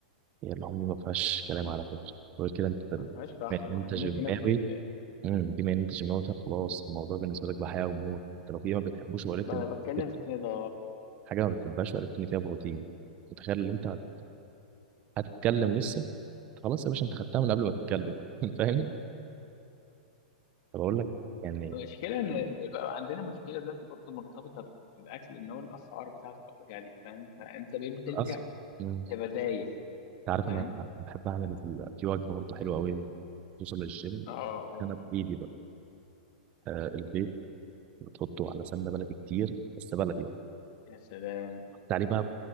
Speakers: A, on the right; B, on the left.
A: هي العمر دي ما فيهاش كلام على فكره غير كده انت بما
B: ما فيهاش فحم
A: ان انت
B: انا
A: جماوي
B: ممكن اكل ال... ال-
A: امم بما ان انت جماوي فخلاص الموضوع بالنسبه لك بحياه وموت انت لو في ما بتحبوش وعرفت
B: انا
A: ان
B: بتكلم
A: كنت
B: في كده
A: حاجه ما بتحبهاش وعرفت ان فيها بروتين متخيل ان انت هت- هتتكلم لسه خلاص يا باشا انت خدتها من قبل ما تتكلم <laughs> فاهم طب اقول لك يعني
B: المشكله ان إن بقى عندنا مشكله دلوقتي برضو مرتبطه بال- بالاكل ان هو الاسعار بتاعته بقت غاليه فاهم فانت بقيت بتلجأ
A: اصلا انت
B: لبدايل
A: عارف
B: فاهم
A: انا بحب اعمل في وجبه برضه حلوه قوي توصل للجيم
B: اه و...
A: انا بايدي بقى آه البيض بتحطه على سمنه بلدي كتير بس بلدي
B: يا سلام
A: حط عليه بقى